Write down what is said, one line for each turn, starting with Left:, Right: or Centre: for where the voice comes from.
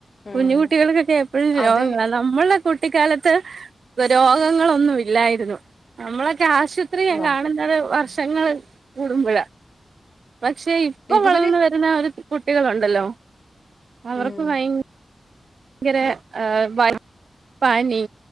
Left: ഉം
Right: കുഞ്ഞു കുട്ടികൾക്കൊക്കെ എപ്പഴും
Left: അതെ
Right: രോഗങ്ങളാ നമ്മളെ കുട്ടിക്കാലത്ത് വരോഗങ്ങളൊന്നുല്ലായിരുന്നു നമ്മളൊക്കെ ആശു ഇത്രീ യാകാണുന്നത്
Left: നം
Right: വർഷങ്ങൾ കൂടുമ്പഴാ പക്ഷേയി
Left: ഈപ പിന്നെ
Right: ര്ന്നാ അത്ട് കുട്ടികളുണ്ടല്ലോ അവർക്ക്
Left: ഉം
Right: ഭയങ്ക ങ്കര ഏ പൻ പനി